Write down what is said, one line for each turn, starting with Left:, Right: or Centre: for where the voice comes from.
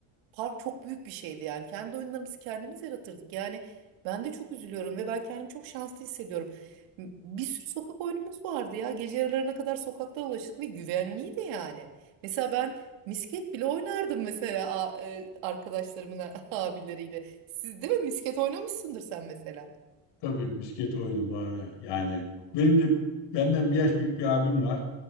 Right: Park çok büyük bir şeydi yani. Kendi oyunlarımızı kendimiz yaratırdık. Yani ben de çok üzülüyorum ve ben kendimi çok şanslı hissediyorum. M- Bir sürü sokak oyunumuz vardı ya. Gece yarılarına kadar sokakta dolaştık ve güvenliydi yani. Mesela ben misket bile oynardım mesela a- e, arkadaşlarımın <laughs> abileriyle. Siz değil mi misket oynamışsındır sen mesela?
Left: Tabii misket oyunu var yani. Benim de benden bir yaş büyük bir abim var.